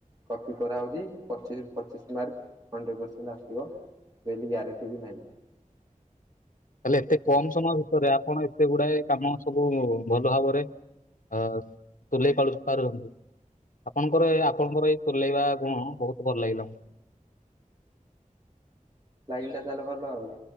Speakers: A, on the right; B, on the left.
A: କପି କରାହଉଚି ପଚିଶ ପଚିଶ ମାର୍କ ହଣ୍ଡଡ୍ରେଡ୍ ପସେଣ୍ଟ ଆସିବ। ବୋଲି ଗ୍ୟାରେଣ୍ଟି ବି ନାଇଁ।
B: ହେଲେ ଏତେ କମ ସମୟ ଭିତରେ ଆପଣ ଏ ତେ ଗୁଡାଏ କାମ ସବୁ ଭଲ ଭାବରେ ଅ ତୁଲେଇ ପାରୁ ପାରନ୍ତୁ। ଆପଣଙ୍କର ଆପଣଙ୍କର ଏଇ ତୁଲେଇବା ଗୁଣ ବହୁତ ଭଲ ଲାଗିଲା।
A: ଲାଗିଲା ତାହେଲେ ଭଲ ଆଉ।